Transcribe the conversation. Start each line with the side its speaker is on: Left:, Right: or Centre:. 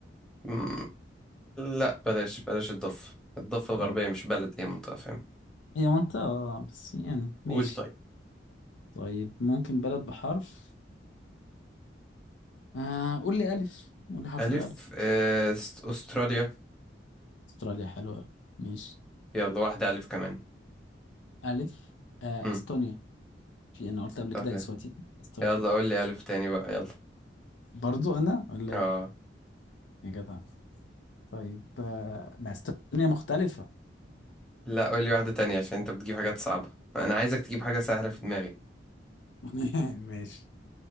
Centre: مم، لا بلاش بلاش الضفة الضفة الغربية
Left: اه
Centre: مش بلد هي منطقة فاهم
Left: هي منطقة آه، بس يعني
Centre: قول
Left: ماشي
Centre: طيب
Left: طيب ممكن بلد بحرف آه قول لي ألف قول لي حرف
Centre: ألف
Left: الألف
Centre: آه، س- أستراليا
Left: استراليا حلوة أوي. ماشي
Centre: يلا واحدة ألف كمان
Left: ألف آه
Centre: مم،
Left: أستونيا في أنا قلت قبل
Centre: طب
Left: كده إسواتيني أستونيا
Centre: يلا قول لي ألف تاني بقى يلا
Left: برضو أنا ولا
Centre: اه
Left: إيه؟ يا جدع طيب آه ما استونيا مختلفة
Centre: لا قول لي واحدة تانية عشان انت بتجيب حاجات صعبة انا عايزك تجيب حاجة سهلة في دماغي
Left: <laughs> ماشي